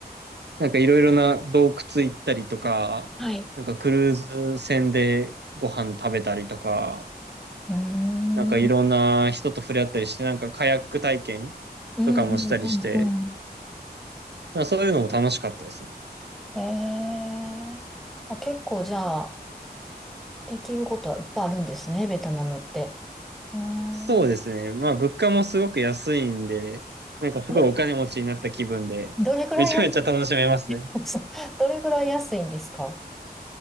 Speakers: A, on the right; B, in the centre.
A: なんかいろいろな洞窟行ったりとか、
B: はい。
A: なんかクルーズ船でご飯食べたりとか、
B: うー
A: なんかいろんな人と触れ合ったりして、
B: ん、
A: なんかカヤック体験
B: うん、
A: とかもしたりして、
B: うん、うん、う
A: まあそういうのも楽しかったですね。
B: ん。へえ。あ、結構じゃあ、できることはいっぱいあるんですね、ベトナムって。うーん。
A: そうですね。
B: あ
A: まあ、物価もすごく安いんで、なんかすごいお金持ちになった気分で、
B: れ、どれぐらい安い、
A: めちゃめちゃ楽しめますね。
B: <laughs> そうどれぐらい安いんですか